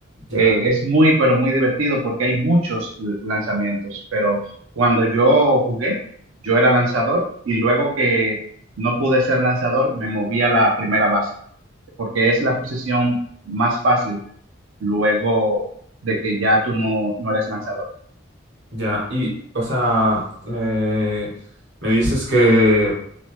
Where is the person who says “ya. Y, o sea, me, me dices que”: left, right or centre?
Right